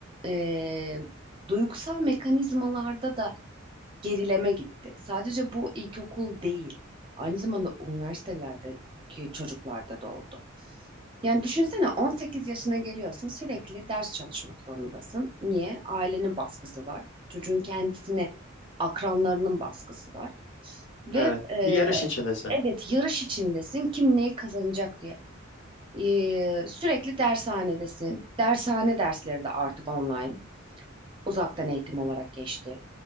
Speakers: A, on the right (about 25°); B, on the left (about 60°).
A: e, duygusal mekanizmalarda da gerileme gitti. Sadece bu ilkokul değil. Aynı zamanda üniversitelerdeki çocuklarda da oldu. Yani düşünsene 18 yaşına geliyorsun sürekli ders çalışmak zorundasın. Niye? Ailenin baskısı var. Çocuğun kendisine akranlarının baskısı var. Ve
B: Evet,
A: e,
B: bir yarış içindesin.
A: evet yarış içindesin kim neyi kazanacak diye. Ee, sürekli dershanedesin. Dershane dersleri de artık online, uzaktan eğitim olarak geçti.